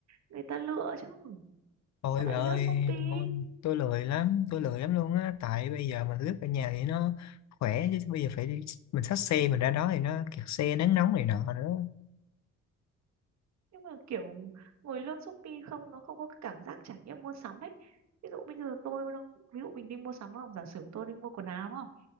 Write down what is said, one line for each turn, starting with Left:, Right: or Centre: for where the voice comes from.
Right: người ta lựa chứ.
Left: Ôi
Right: Sao lại
Left: bà ơi
Right: lướt Shopee?
Left: thôi, tôi lười lắm, tôi lười lắm luôn á. Tại bây giờ mình lướt ở nhà thì nó khỏe chứ bây giờ phải đi mình xách xe mình ra đó thì nó kẹt xe nắng nóng này nọ nữa.
Right: Nhưng mà kiểu ngồi lướt Shopee không nó không có cái cảm giác trải nghiệm mua sắm ấy. Ví dụ bây giờ tôi đang ví dụ mình đi mua sắm đúng không? Giả sử tôi đi mua quần áo đúng không?